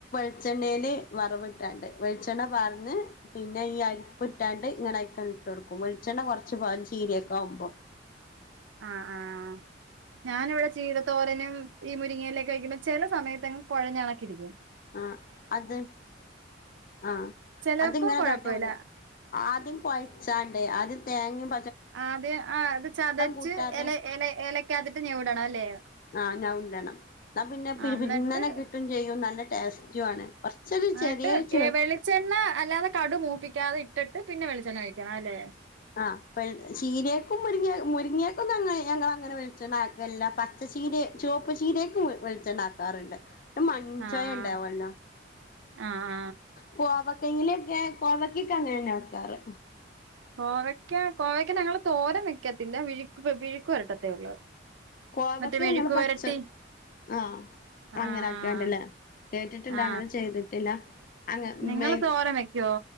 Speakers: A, on the left (about 45°); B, on the right (about 75°).
A: വെളിച്ചെണ്ണയിൽ വറവ് ഇട്ടാണ്ട് വെളിച്ചെണ്ണ പാർന്ന് പിന്നെ ഈ അരപ്പ് ഇട്ടാണ്ട് ഇങ്ങനെ അയ്ക്കണ്ട് ഇട്ട് കൊടുക്കും വെളിച്ചെണ്ണ കൊറച്ച് പാരും ചീരേയേ താവുമ്പം.
B: ആഹ് ആഹ് ഞാനിവിടെ ചീരത്തോരനും ഈ മുരിങ്ങയിലൊക്കെ വെക്കുമ്പം ചില സമയത്തെങ്ങ് കൊഴഞാണക്കെ ഇരിക്കും.
A: ആഹ് അത് ആഹ്
B: ചിലപ്പോ
A: അതിങ്ങനെ
B: കുഴപ്പമില്ല
A: കാട്ടിയാൽ മതിയാ ആദ്യം കുഴച്ചാണ്ടേ ആദ്യം തേങ്ങിം.
B: ആ അത് അത് ചതച്ച്
A: കൂട്ടാതെ
B: ഇലേ ഇലേ ഇലേ ക്ക് അകത്തിട്ട് ഞവ്ടണം അല്ലേ.
A: ആ ഞഉണ്ടണം എന്നാ പിന്നെ പിരുപിരുന്ന
B: ആ എന്നിട്ട്
A: നെ കിട്ടും ചെയ്യും നല്ല ടെസ്റ്റും ആണ്. കൊറച്ചൊരു ചെറിയൊരു
B: എന്നിട്ട്
A: ചു
B: ഏ വെളിച്ചെണ്ണ അല്ലാതെ കടു മൂപ്പിക്കാതെ ഇട്ടി പിന്നെ വെളിച്ചെ ഒഴിക്കണം അല്ലെ.
A: ആ വെൾ ചീരെക്കും മുരിങ്ങേ മുരിങ്ങേക്കുന്നും അങ്ങനെ ഞങ്ങൾ അങ്ങനെ വെളിണ്ണ ആക്കല്ല പച്ചച്ചീരേ ചുവപ്പ് ചീരേക്ക് വെളിച്ചണ്ണ ആക്കാറുണ്ട്. രു മൺ
B: ആ
A: ചോയ
B: ആ
A: ഉണ്ടാവല്ലോ.
B: ആ ആ
A: കോവക് കെങ്ങിലെക്കെ കോവക്കൊക്കെ അങ്ങനെന്നെ വെക്കാറ്
B: കോവയ്ക്ക കോവയ്ക്ക ഞങ്ങൾ തോരൻ വെക്കത്തില്ല വിഴുക്ക് വിഴുക്ക് പുരട്ടത്തേ ഉള്ളൂ
A: കോവക്ക
B: മറ്റേ മെഴുക്ക്
A: ഞങ്ങള് പച്ച
B: വരട്ടി
A: ആ
B: ആ
A: അങ്ങനൊക്കെയിണ്ടല്ലേ
B: ആ
A: കേട്ടിട്ടുണ്ട്
B: ആ
A: അങ്ങനെ ചെയ്തിട്ടില്ല അങ്ങ
B: നിങ്ങള്
A: മേ
B: തോരൻ വെക്കുവോ